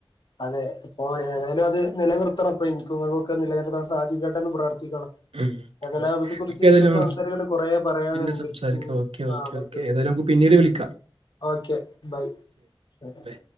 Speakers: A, on the left (about 50°); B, on the right (about 85°).
A: അതെ ഇപ്പൊ ഏഹ് ഏതായാലും അത് നിലനിർത്തണം അപ്പൊ എൻക്കും അതൊക്കെ നിലനിർത്താൻ സാധിക്കട്ടെന്ന് പ്രാർത്ഥിക്കണം
B: ഉം.
A: അത്
B: ഓക്കെ.
A: ലാഭത്തെക്കുറിച്ച്
B: നമുക്ക് ഏതായാലും
A: വിശദാ സംസാരിക്കണ്ട കൊറെ പറയാനിണ്ട്
B: പിന്നെ സംസാരിക്കാം
A: ഉം
B: ഓക്കെ ഓക്കെ
A: ആഹ് <unintelligible>
B: ഓക്കെ ഏതായാലും നമുക്ക് പിന്നീട് വിളിക്കാ
A: ഓക്കെ ബൈ <inaudible>
B: ബൈ